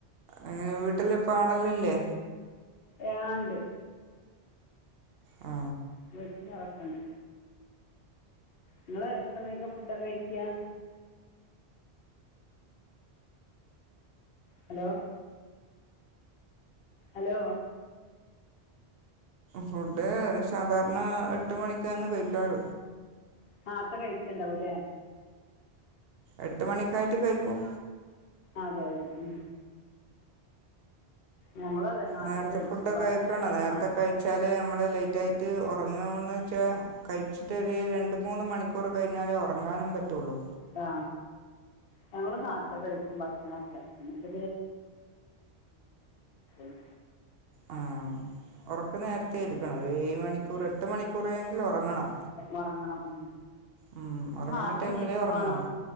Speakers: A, on the right; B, on the left.
A: അങ്ങനെ വീട്ടിൽ ഇപ്പോ ആളെല്ലം ഇല്ലെ
B: ആ ഇണ്ട്
A: ആ
B: വീട്ടിലേക്കാളുണ്ട് നിങ്ങൾ എത്ര മണിക്ക് ഫുഡ് ഒക്കെ കഴിക്കാം ഹലോ ഹലോ
A: ഫുഡ് സാധാരണ എട്ട് മണിക്കാണ് കഴിക്കാർ
B: നേർത്ത കഴിക്കണ്ടാവില്ലേ
A: എട്ട് മണിക്കായിട്ട് കഴിക്കും
B: അതെ ഉം ഞങ്ങള അതെ നേർത്ത
A: നേരത്തെ
B: കഴിക്കും
A: ഫുഡൊക്കെ
B: ഭക്ഷണോക്കെ
A: കഴിക്കണം നേരത്തെ
B: ആ
A: കഴിച്ചാൽ നമ്മൾ ലെയ്റ്റായിട്ട് ഉറങ്ങാമോന്ന് നമ്മളെ ലേറ്റായിട്ട് ഉറങ്ങാൻ പറ്റുള്ളൂവെച്ചാൽ കഴിച്ചിട്ടഒര് രണ്ട് മൂന്ന് മണിക്കൂർ കഴിഞ്ഞാലെ ഉറങ്ങാനും പറ്റുള്ളൂ
B: ആ ഞങ്ങൾ നാർത്ത് കഴിക്കും ഭക്ഷണോക്കെ എന്നിട്ട് <unintelligible>
A: ആ ഉറക്കം നേരത്തെ എടുക്കണം ഒരു ഏഴ് മണിക്കൂർ എട്ട് മണിക്കൂറെങ്കിലും ഉറങ്ങണം
B: ഉറങ്ങണം ഉം
A: ഉം, ഉറങ്ങേണ്ട
B: നേരത്തെ
A: ടൈമിലേ
B: എണീക്കും
A: ഉറങ്ങാവൂ
B: വേണം